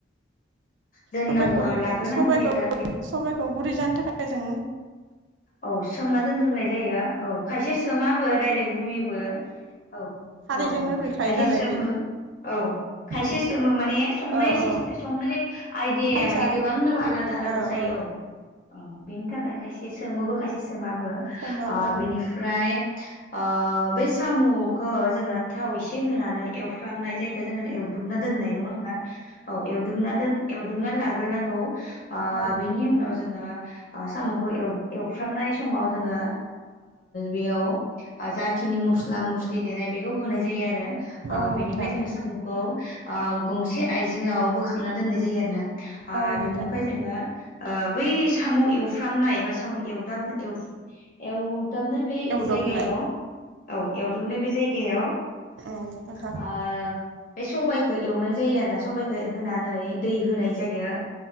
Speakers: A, on the left; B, on the right.
A: दोननांगौ
B: सबाइखौ
A: लाग्रोनांगौ
B: सबाइखौ
A: जायो
B: सबाइखौ गुरै जानो थाखाय जों
A: औ सोमना दोनग्रोनाय जायो औ खायसे सोमाबो डायरेक्ट रुयबो। औ
B: खारैजोंनो
A: औ औ
B: रुइखायो
A: खायसे
B: नालाय
A: सोमो
B: बे
A: औ। खायसे
B: औ
A: सोमो माने संनाय
B: औ
A: एसे
B: औ
A: संनाय आइदिया
B: साइसआ
A: माने गोबां
B: बेलेबो
A: आलादा आलादा
B: औ
A: जायो
B: औ
A: औ औ बिनि थाखाय। खायसे सोमोबो खायसे सोमाबो
B: सोमाबो
A: ओ
B: औ
A: बिनिफ्राय ओ बै साम'खो जोङो थाव एसे होनानै एवफ्रामनाय जायो। एखो जोङो एवदबना दोननाय नङा होनबा औ एवदबना दोन एवदोबना ला ग्रोनांगौ ओ
B: औ
A: बिनि उनाव जोङो साम'खौ एवफ्रामनाय। समाव जोङो बेयाव जाखिनि मस मस्ला मस्लि देनाय बेखौ होनाय जायो आरो। ओ
B: औ
A: बेनिफ्राय
B: नोंथां
A: जोङो साम'खौ ओ गंसे आइजेंआव बोखांना दोननाय जायो आरोना। ओ
B: औ नोंथां
A: बेनिफ्राय जोङो बै साम' एव एफ्रामनायबा बा साम' एवदाबनाय एवफ्रु एव दाबनाय बे
B: एवदबनाय
A: जायगायाव औ एवदबनाय बे बे जायगायाव
B: औ नोंथां।
A: ओ बे सबायाइखौ एवनाय जायो आरो सबाइखौ होनानै दै होनाय जायो।